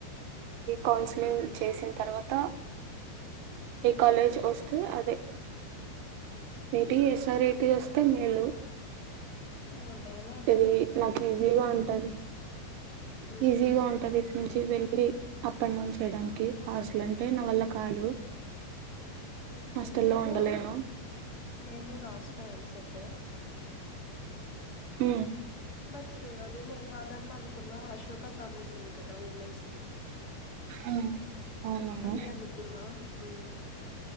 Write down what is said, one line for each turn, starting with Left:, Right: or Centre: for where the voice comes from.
Right: కౌన్సిలింగ్
Left: ఉమ్,
Right: చేసిన్ తర్వాత్ తా
Left: ఉమ్.
Right: ఏ కాలేజ్ వస్త్ తే అదే. Maybe S R I T వస్తే మేలు.
Left: ఆ, నేను అదే
Right: ఎదిగి
Left: అనుకున్నా
Right: నాకు ఈజీగా ఉంటది.
Left: ఉమ్,
Right: ఈజీగా ఉంటది ఇప్ నుంచి వెళ్ళి అప్ అండ్ డౌన్ చేయడానికి హాస్టల్ అంటే నా వల్ల కాదు.
Left: ఓకే
Right: హాస్టల్లో
Left: నేను
Right: ఉండలేను
Left: నేను రాసిన ఎంసెట.
Right: ఊ
Left: బట్ చూడ అదే నేను అదన్ అనుకున్నా అశ్వక్ క కాలేజ్ ఉంది కద్ ద వుమెన్స్ దీ
Right: ఉమ్ అవునవును
Left: అదే అనుకున్నాం. హు